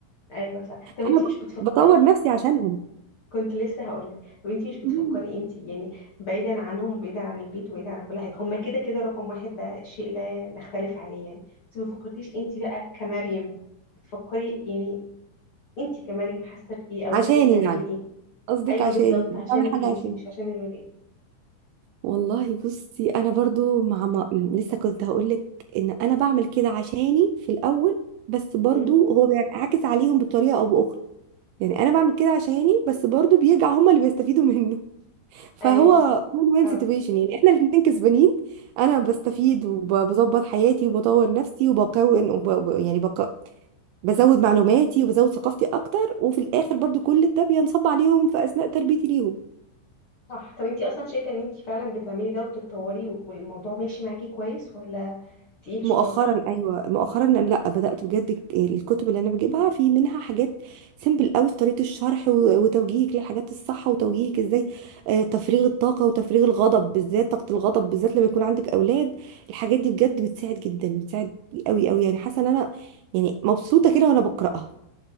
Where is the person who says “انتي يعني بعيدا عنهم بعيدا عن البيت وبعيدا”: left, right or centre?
Left